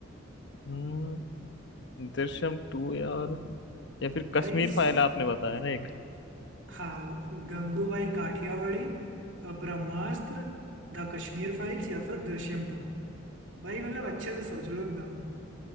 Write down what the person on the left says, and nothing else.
हम्म दृश्यम टू यार या फिर कश्मीर
फाइल आपने बताया ना एक